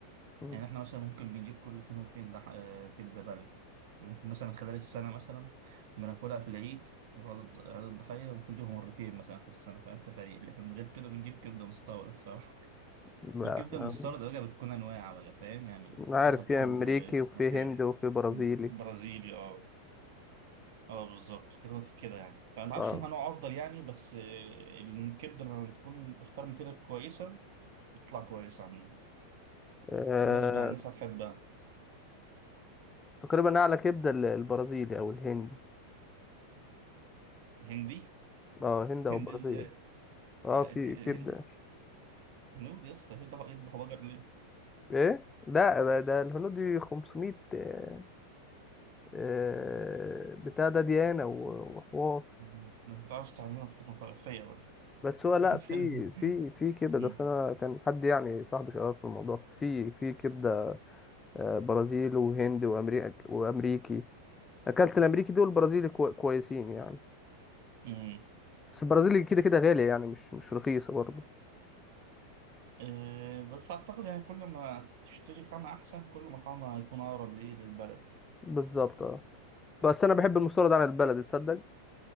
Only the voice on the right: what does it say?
يعني احنا مثلا ممكن بنجيب كل فين وفين لح... آه، كبدة بلدي ممكن مثلا خلال السنة مثلا بناكلها في العيد عيد عيد الضحية ممكن نجيبها مرتين مثلا في السنة فاهم تفاريق لكن من غير كده بنجيب كبدة مستوردة بصراحة <laughs>
الكبدة
المستوردة بقى بتكون أنواع بقى فاهم يعني
حسب
كل
ماتيريال
برازيلي اه اه بالظبط كده كده يعني فأنا ما اعرفش
انها نوع افضل يعني بس آه، الكبده لما بتكون بختار ماتيريال كويسه بتطلع كويسه عن
مناسبه يعني الناس هتحبها
هندي <laughs>
هندي
ازاي
آه، ك-
هن- هنود يا اسطى يذبحوا يذبحوا بقر ليه؟
مم. ما ينفعش تعملها طفلة طائفية بقى
<laughs> مثلا
مم.
مم.
آه، بس أعتقد يعني كل ما تشتري طعمها أحسن كل ما طعمها هيكون أقرب لإيه للبلدي